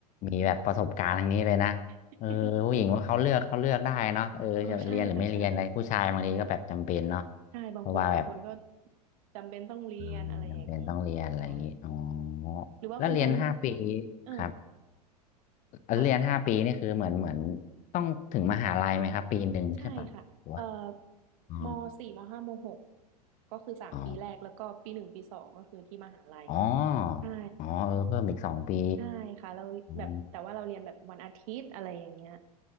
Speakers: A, on the left; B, on the right.
A: มีแบบประสบการณ์ทางนี้เลยนะเออผู้หญิงว่าเขาเลือกเขาเลือกได้เนาะเออจะเรียนหรือไม่เรียนอะไรผู้ชายบางทีก็แบบจำเป็นเนาะ
B: <laughs> อ๋อใช่ค่ะใช่ใช่ใช่บางคนบางคนก็
A: เพราะว่าแบบ
B: จำเป็นต้องเรียนอะไรอย่างนี้
A: อืมจำเป็นต้องเรียนอะไรอย่างนี้อ๋อ
B: ใช่หรือว่าคุณแชมป์
A: แล้วเรียนห้าปี
B: เออ
A: ครับแล้วเรียนห้าปีนี่คือเหมือนเหมือน
B: อ่ะ
A: ต้องถึงมหาลัยไหมครับปีหนึ่งใช่ปะหรือว่า
B: ใช่ค่ะเอ่อ
A: อ๋อ
B: มสี่มห้ามหกก็คือสามปีแรกแล้วก็ปีหนึ่งปีสองก็คือที่มหาลัย
A: อ๋ออ๋อ
B: ใช่
A: อ๋อเออเพิ่มอีกสองปี
B: ใช่ค่ะเราแบบแต่ว่าเราเรียนแบบวันอาทิตย์อะไรอย่างเงี้ย
A: อ๋อ